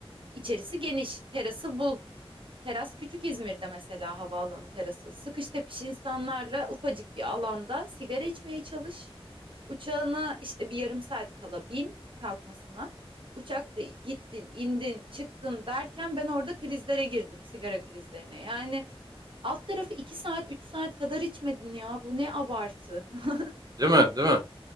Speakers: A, on the right; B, on the right.
A: İçerisi geniş, terası bul. Teras küçük İzmir'de mesela havaalanı terası. Sıkış tepiş insanlarla ufacık bir alanda sigara içmeye çalış. Uçağına işte bir yarım saat kala bin kalkmasına. Uçakta gittin, indin, çıktın derken ben orada krizlere girdim, sigara krizlerine. Yani alt tarafı 2 saat, 3 saat kadar içmedin ya. Bu ne abartı. <laughs>
B: Değil mi? Değil mi?